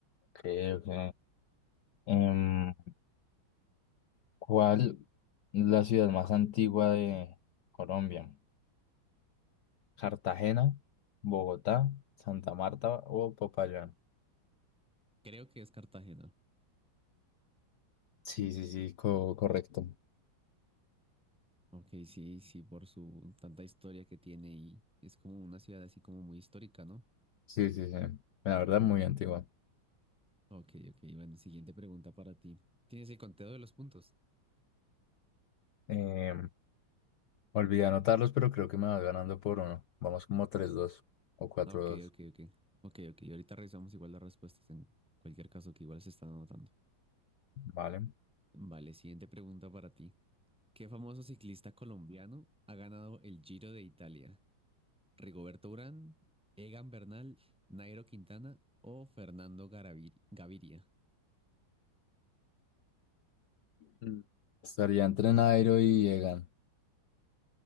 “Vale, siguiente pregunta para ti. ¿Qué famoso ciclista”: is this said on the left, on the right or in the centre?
Centre